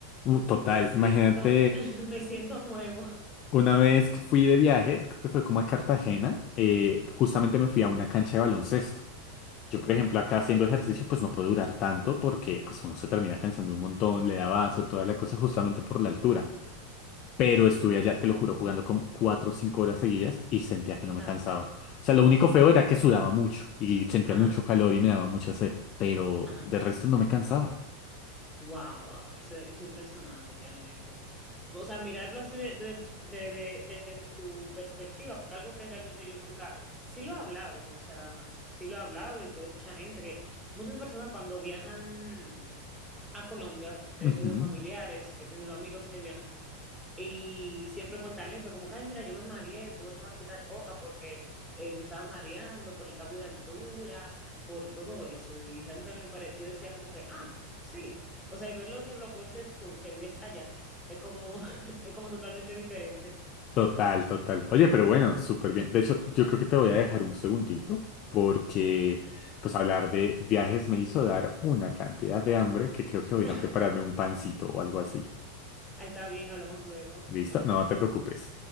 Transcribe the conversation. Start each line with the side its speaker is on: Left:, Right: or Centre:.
Left: Uh, total,
Centre: me siento,
Left: imagínate
Centre: <laughs> me siento nuevo.
Left: una vez que fui de viaje, creo que fue como a Cartagena,
Centre: <laughs>
Left: eh, justamente me fui a una cancha de baloncesto. Yo,
Centre: Sí,
Left: por ejemplo, acá haciendo ejercicio, pues no puedo durar tanto porque pues uno se termina cansando un montón, le da vaso, toda la cosa justamente
Centre: sí,
Left: por la altura. Pero estuve allá, te lo juro, jugando como 4 o 5 horas seguidas y sentía que
Centre: sin
Left: no me
Centre: cansar.
Left: cansaba. O sea, lo único
Centre: Que,
Left: feo era que sudaba mucho y sentía
Centre: ajá,
Left: mucho calor y me daba mucha sed, pero
Centre: ajá.
Left: de resto no me cansaba.
Centre: Wow, wow, eso, eso es impresionante realmente. O sea, mirarlo así de, de tus- de- de- desde tu perspectiva, porque algo que realmente yo nunca, sí lo he hablado, o sea, sí lo he hablado y puedo escuchar gente que muchas personas cuando viajan a Colombia, he
Left: Ujú.
Centre: tenido familiares, he tenido amigos que viajan, y siempre cuentan eso, como que, ay, mira, yo me mareé, tuve que masticar coca porque eh, me estaba mareando por el cambio de altura, por todo eso. Y realmente me pare... yo decía como que, ah, sí. O sea, y ver lo que me lo cuentes tú, que vives allá, es como, <laughs> es como totalmente diferente.
Left: Total, total. Oye, pero bueno, súper bien. De hecho, yo creo que te voy a dejar un segundito porque pues hablar de viajes me hizo dar una cantidad de hambre que creo que voy
Centre: <laughs>
Left: a ir a prepararme un pancito o algo así.
Centre: Está bien, hablamos luego.
Left: ¿Listo?
Centre: Bye.
Left: No te preocupes.